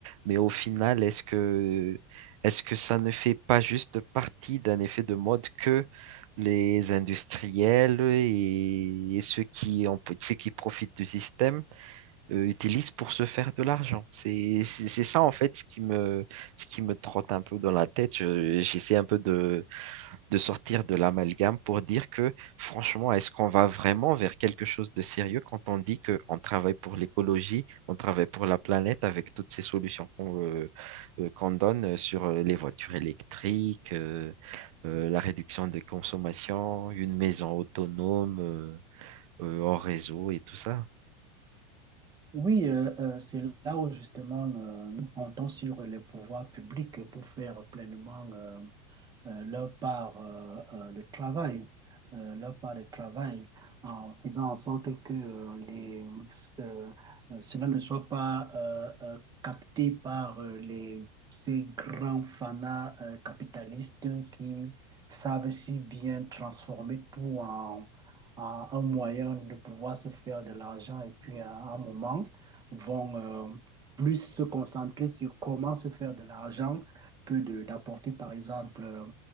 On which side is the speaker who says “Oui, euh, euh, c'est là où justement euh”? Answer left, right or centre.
Right